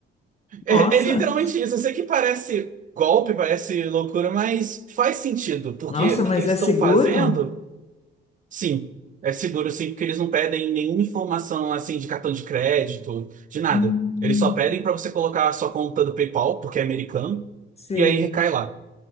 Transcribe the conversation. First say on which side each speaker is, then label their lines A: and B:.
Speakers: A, on the right (about 40°); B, on the left (about 30°).
A: É,
B: Nossa,
A: é literalmente isso. Eu sei que parece golpe, parece loucura, mas faz sentido, porque
B: nossa,
A: o
B: mas
A: que que eles
B: é
A: estão
B: seguro?
A: fazendo? Sim, é seguro sim, porque eles não pedem nenhuma informação assim de cartão de crédito, de nada.
B: Hum,
A: Eles só pedem para você colocar a sua conta do PayPal, porque é americano,
B: sei.
A: e aí recai lá.